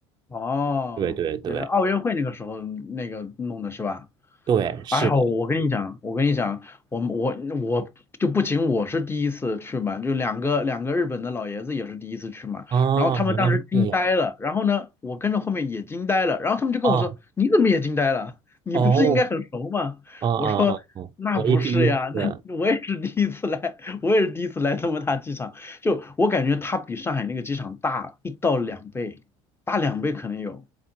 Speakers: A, on the left; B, on the right.
A: 哦，
B: 对对对
A: 原来奥运会那个时候那个弄的是吧？
B: 对，是的，
A: 哎呦，我跟你讲，我跟你讲，我们我我就不仅我是第一次去嘛，就两个两个日本的老爷子也是第一次去嘛，
B: 哦，
A: 然后他们当时惊呆了，
B: 原来是这样
A: 然后呢，我跟着后面也惊呆了，然后他们就跟我说，
B: 啊，
A: 你怎么也惊呆了？你不是应该很熟吗？
B: 哦。嗯嗯嗯嗯，
A: 我说那不是呀，
B: 我也第一次，
A: 那我也是第一次来，我也是第一次来这么大机场，就我感觉它比上海那个机场大一到两倍，大两倍可能有。